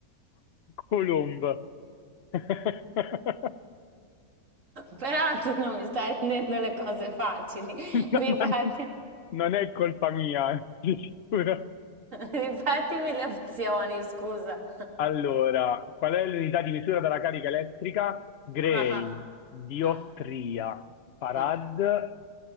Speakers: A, on the left (about 50°); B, on the right (about 55°).
A: Colomba. <laughs>
B: Però tu non mi stai rendendo le cose facili. <laughs>
A: No,
B: Ripeti.
A: ma non non è colpa mia, <laughs> di sicuro.
B: Ripetimi le opzioni, scusa. <laughs>
A: Allora, qual è l'unità di misura della carica elettrica? Gray,
B: Ah, ah,
A: diottria,
B: ah.
A: farad
B: no.